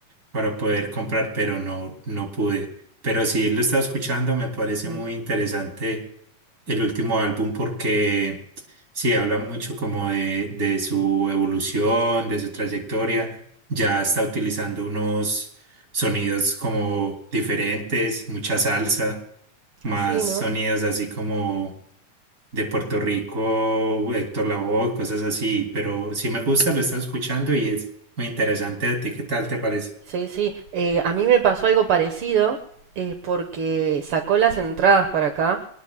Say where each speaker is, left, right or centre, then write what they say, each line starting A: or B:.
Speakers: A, on the right; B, on the right.
A: para poder comprar, pero no, no pude. Pero sí lo estaba escuchando, me parece
B: mm.
A: muy interesante el último álbum porque sí habla mucho como de, de su evolución, de su trayectoria. Ya está utilizando unos sonidos como diferentes, mucha salsa, más
B: Sí, ¿no?
A: sonidos así como de Puerto Rico, Héctor Lavoe, cosas así, pero sí me gusta, lo estaba escuchando y es muy interesante. ¿A ti qué tal te parece?
B: Sí, sí. Eh, a mí me pasó algo parecido eh, porque sacó las entradas para acá